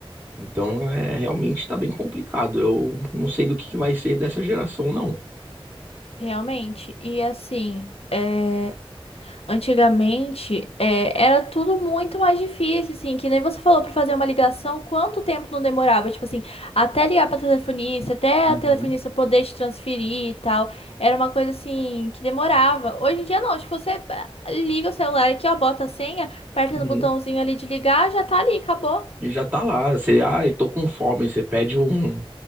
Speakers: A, on the right; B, on the left.
A: Então, é, realmente está bem complicado. Eu não sei do que que vai ser dessa geração, não.
B: Realmente, e assim, é, antigamente é, era tudo muito mais difícil, assim, que nem você falou para fazer uma ligação, quanto tempo não demorava? Tipo assim, até ligar para telefonista, até
A: Uhum,
B: a telefonista poder te transferir e tal, era uma coisa assim que demorava. Hoje em dia não, tipo, você ah, liga o celular aqui, ó, bota a senha, aperta
A: uhum.
B: no botãozinho ali de ligar, já tá ali, acabou.
A: E já tá lá, você, ai, tô com fome, você pede um,